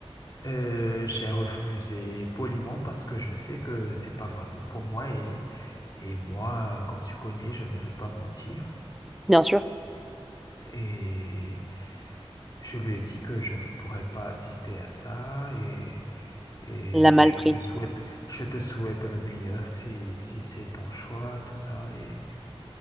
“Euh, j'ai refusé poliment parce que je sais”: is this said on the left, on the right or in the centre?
Left